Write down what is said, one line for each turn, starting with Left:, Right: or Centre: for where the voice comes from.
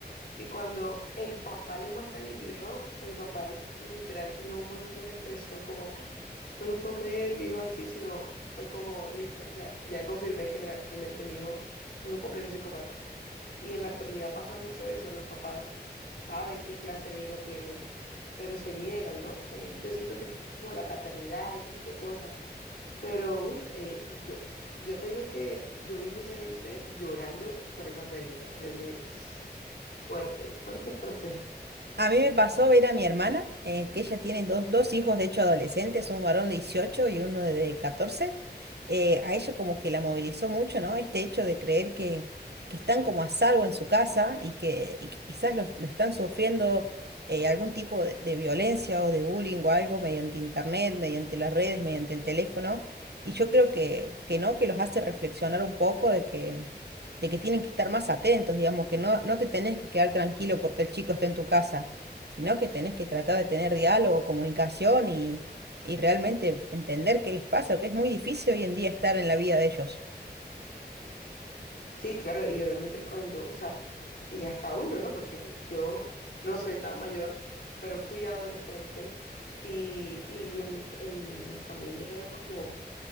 Left: que cuando el papá le muestran el video, el papá literal no muestra una expresión como... No lo puedo creer, mi hijo así, sino fue como, listo, o sea, ya confirmé que realmente mi hijo es un completo psicópata. Y en la actualidad pasa mucho eso, los papás saben qué clase de hijo tienen, pero se niegan, ¿no? También yo siento que es como la paternidad, ese tipo de cosas. Pero, uff, yo, yo te digo que yo vi mucha gente llorando por esa serie, o sea, yo dije, fuerte, fuerte, fuerte.
Right: A mí me pasó ver a mi hermana, eh, que ella tiene dos, dos hijos, de hecho adolescentes, un varón de 18 y uno de 14. Eh, a ella como que la movilizó mucho, ¿no? Este hecho de creer que, que están como a salvo en su casa y que, y que quizás lo, lo están sufriendo eh, algún tipo de, de violencia o de bullying o algo mediante internet, mediante las redes, mediante el teléfono. Y yo creo que, que no, que los hace reflexionar un poco de que de que tienen que estar más atentos, digamos, que no, no te tenés que quedar tranquilo porque el chico está en tu casa sino que tenés que tratar de tener diálogo, comunicación y, y realmente entender qué les pasa, que es muy difícil hoy en día estar en la vida de ellos.
Left: Sí, claro, y obviamente cuando, o sea, y hasta uno, ¿no? Porque pues yo no soy tan mayor, pero fui adolescente y, y en mi, en mi familia era como,